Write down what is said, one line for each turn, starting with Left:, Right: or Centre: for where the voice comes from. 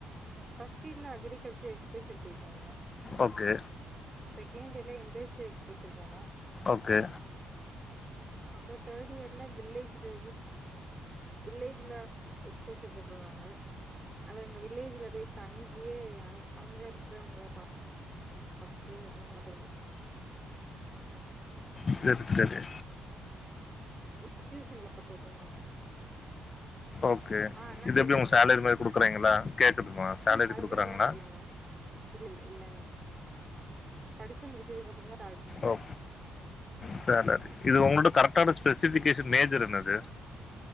Right: ஃபிரஸ்ட் இயர்ல அக்ரிகல்ட்டுரல் எக்ஸ்போஷர் போய்ட்டு வந்தோ
Left: ஓகே
Right: செகண்ட் இயர்ல இண்டஸிய எக்ஸ்போஷர் போனோ
Left: ஓகே
Right: அப்றோ தேர்ட் இயர்ல வில்லேஜ் ரோடு வில்லேஜ்ல எக்ஸ்போஷன் போட்ருக்காங்க அவ எங்க வில்லேஜ்ல போயி தங்கியே அ அங்க இருக்கறவங்கல பா த்துட்டு அதுமே கொடுங்க
Left: செரி செரி
Right: அ இன்ஸ்டூஷன்ல போட்ருந்தாங்க
Left: ஓகே
Right: ஆ அண்ணா
Left: இது
Right: கேக்குதுங்களா
Left: எப்டி உங் சேலரி மாதிரி குடுக்குறங்ளா கேக்குதுமா சேலரி
Right: சேலரில்லா
Left: குடுக்குறாங்ளா
Right: இல்லண்ணே இல்ல இல்ல இல்ல படிச்சு முடிச்சதுக்கு அப்றோ தா
Left: ஒ செலரி இது உங்களுட கரெக்டான ஸ்பெசிபிகேஷன் மேஜர் என்னது